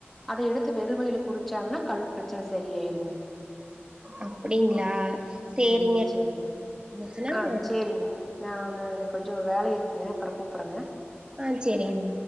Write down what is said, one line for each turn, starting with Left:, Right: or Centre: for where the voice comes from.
Centre: அத எடுத்து வெறு வாயில குடிச்சாங்கனா கல் பிரச்சன செரியாயிருங்க
Right: அப்டிங்ளா சேரிங்க
Centre: ம்
Right: இருந்துச்சுனா
Centre: சரி. ஆ
Right: நா
Centre: சேரிங்க நா ஒன்னு இங்க கொஞ்ச வேலை இருக்குங்க அப்பற கூப்புட்றங்க
Right: ஆ சேரிங்க